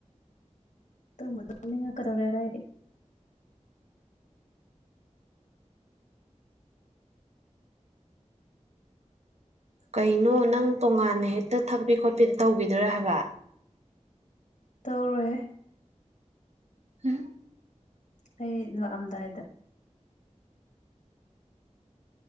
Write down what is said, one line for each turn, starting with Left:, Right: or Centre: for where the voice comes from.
Left: ꯇꯨꯝꯕꯨ ꯇꯨꯝꯅꯤꯡꯉꯛ ꯀꯗꯧꯔꯦꯗ ꯑꯩꯗꯤ
Right: ꯀꯩꯅꯣ ꯅꯪ ꯇꯣꯉꯥꯟꯅ ꯍꯦꯛꯇ ꯊꯛꯄꯤ ꯈꯣꯠꯄꯤ ꯇꯧꯕꯤꯗꯨꯔ ꯍꯥꯏꯕ
Left: ꯇꯧꯔꯣꯏꯍꯦ
Right: ꯎꯝ
Left: ꯑꯩ ꯂꯥꯛꯑꯝꯗꯥꯏꯗ